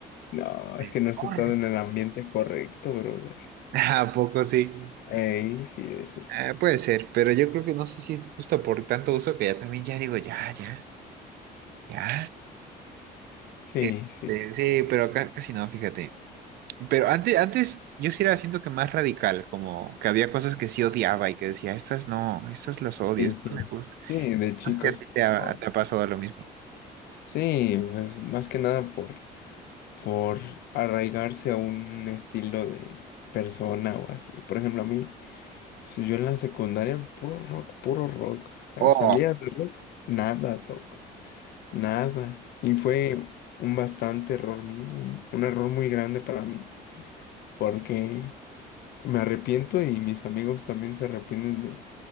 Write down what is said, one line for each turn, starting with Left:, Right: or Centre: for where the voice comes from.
Left: No, es
Right: enorme.
Left: que no has estado en el ambiente correcto, brother.
Right: <laughs> ¿A poco sí?
Left: Ey, sí, eso es,
Right: Ah, puede ser, pero yo creo que no sé si es justo por tanto uso que ya también ya digo, ya, ya, ya.
Left: sí,
Right: Este,
Left: sí.
Right: sí, pero acá casi no, fíjate. Pero antes, antes yo sí era siento que más radical, como que había cosas que sí odiaba y que decía, estas no, estas las odio,
Left: Sí,
Right: estas
Left: sí,
Right: no me gustan.
Left: sí, de chicos.
Right: No sé si a ti te ha,
Left: Oh,
Right: te ha pasado lo mismo.
Left: Sí, pues más que nada por, por arraigarse a un estilo de persona o así. Por ejemplo, a mí, si yo en la secundaria, puro rock, puro rock. Eh,
Right: Oh.
Left: Salías de rock, nada rock, nada. Y fue un bastante error mío, un, un error muy grande para mí, porque Me arrepiento y mis amigos también se arrepienten de